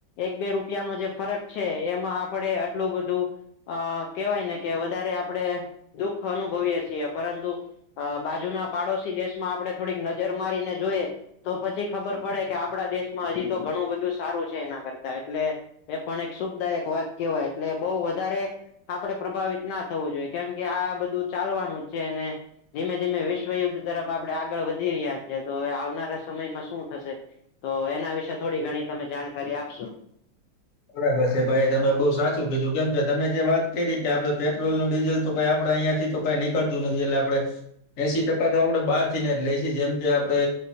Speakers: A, on the left; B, on the left.
A: એક બે રૂપિયા નો જે ફરક છે એમાં આપડે આટલું બધું અ કેવાય ને કે વધારે આપણેે દુઃખ અનુભવીએ છીએ પરંતુ અ બાજુ ના પાડોશી દેશમાં આપડણે થોડીક નજર મારીને જોઈએ તો પછી ખબર પડે કે આપડા દેશમાં હજી તો ઘણું બધું સારું છે એના કરતા એટલે એ પણ એક સુખદાયક વાત કેવાય એટલે બહ વધારે આપડે પ્રભાવિત ના થવું જોઈએ કેમ કે આ બધું ચાલવાનું છે ને ધીમે ધીમે વિશ્વયુદ્ધ તરફ આપડણે આગળ વધી રહ્યા છીએ તો હવે આવનારા સમયમાં શું થશે તો એના વિશે થોડી ઘણી તમે જાણકારી આપશો
B: બરાબર છે ભાઈ તમે બઉુ સાચું બીધું કેમ કે તમે જે વાત કરી કે આપડે પેટ્રોલ નું ડીઝલ તોઈ આપડે અહીયાં થી તો નીકળતું નથી એટલે આપડે એસી ટકા તો આપડે બહાર થી ને જ લઈશ જેમ કે આપડે